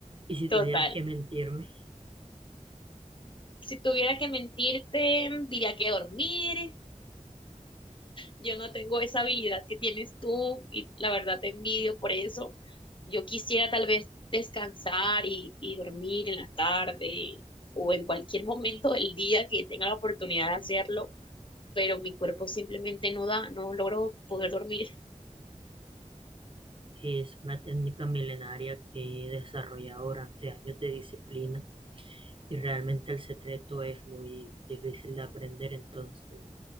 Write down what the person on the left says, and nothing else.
Total.
Si tuviera que mentirte, diría que dormir. Yo no tengo esa habilidad que tienes tú y la verdad te envidio por eso. Yo quisiera tal vez descansar y, y dormir en la tarde o en cualquier momento del día que tenga la oportunidad de hacerlo, pero mi cuerpo simplemente no da, no logro poder dormir.